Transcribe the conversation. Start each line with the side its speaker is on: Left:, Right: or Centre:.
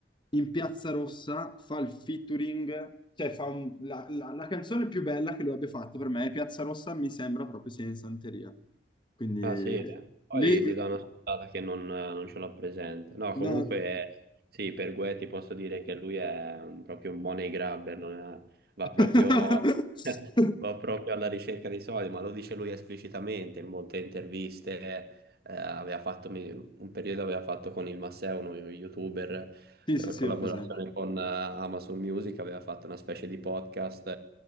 Left: in Piazza Rossa fa il featuring, cioè fa un- la, la- la canzone più bella che lui abbia fatto per me, è Piazza Rossa mi sembra proprio sia in Santeria. Quindi
Right: Ah sì, eh? poi
Left: lì,
Right: gli do una scontata che non, non ce l'ho presente. No, comunque
Left: no.
Right: sì, per Guè ti posso dire che lui è un- proprio un money grabber, non è- va proprio,
Left: <laughs>
Right: <laughs> va proprio alla ricerca dei soldi, ma lo dice lui esplicitamente in molte interviste. eh, aveva fatto, mi- un periodo aveva fatto con il Masseo, uno youtuber,
Left: Sì,
Right: eh,
Left: sì, sì,
Right: collaborazione
Left: ho presente.
Right: con eh, Amazon Music, aveva fatto una specie di podcast